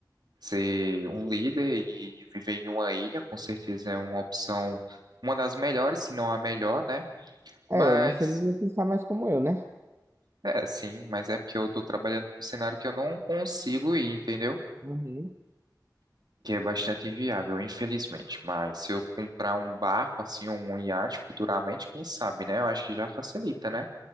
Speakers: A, on the right; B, on the right.
A: Ser um líder e viver em uma ilha, com certeza é uma opção, uma das melhores, se não a melhor, né? Mas,
B: É, você devia pensar mais como eu, né?
A: é, sim, mas é porque eu tô trabalhando com um cenário que eu não consigo ir, entendeu?
B: Uhum.
A: que é bastante inviável, infelizmente. Mas se eu comprar um barco, assim, ou um iate futuramente, quem sabe, né? Eu acho que já facilita, né?